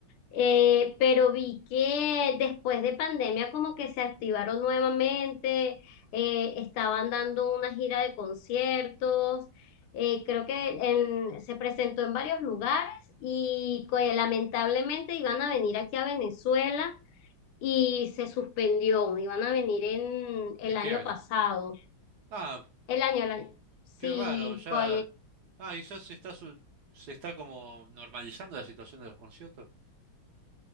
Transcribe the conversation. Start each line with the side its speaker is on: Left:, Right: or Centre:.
Left: eh, pero vi que después de pandemia como que se activaron nuevamente, eh, estaban dando una gira de conciertos. eh, creo que en- se presentó en varios lugares y pues, lamentablemente iban a venir aquí a Venezuela y se suspendió, iban a venir en el
Right: ¿En qué
Left: año
Right: año?
Left: pasado,
Right: Ah,
Left: el año, el año- sí,
Right: qué raro, ya,
Left: co-
Right: ah, quizás se está, su- se está como normalizando la situación de los conciertos.